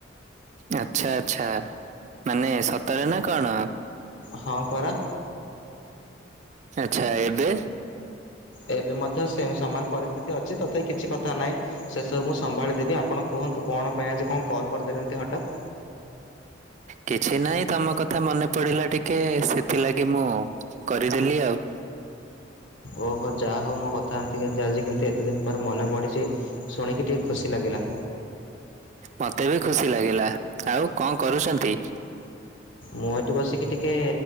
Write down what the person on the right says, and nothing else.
ଆଚ୍ଛା ଆଚ୍ଛା ମାନେ ସତରେ ନା କଣ?
ଆଚ୍ଛା ଏବେ
କିଛି ନାଇଁ ତମ କଥା ମନେ ପଡ଼ିଲା ଟିକେ ସେଥିଲାଗି ମୁଁ କରିଦେଲି ଆଉ।
ମତେ ବି ଖୁସି ଲାଗିଲା ଆଉ କଣ କରୁଛନ୍ତି?